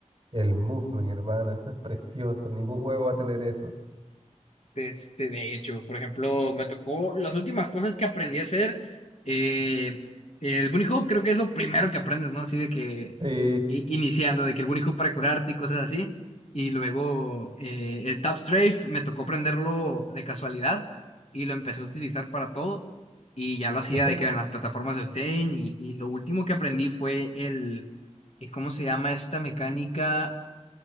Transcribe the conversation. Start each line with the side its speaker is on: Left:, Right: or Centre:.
Right: El movement, hermano, eso es precioso. Ningún juego va a tener eso.
Left: Este, de hecho, por ejemplo, me tocó las últimas cosas que aprendí a hacer. eh, el bunny hoop creo que es lo primero que aprendes, ¿no? Así de que
Right: Sí.
Left: i- iniciando, de que el bunny hoop para curarte y cosas así. Y luego eh, el tap strafe me tocó aprenderlo de casualidad y lo empecé a utilizar para todo. Y ya lo hacía
Right: <laughs>
Left: de que en las plataformas de Octane. Y, y lo último que aprendí fue el, eh, ¿cómo se llama esta mecánica?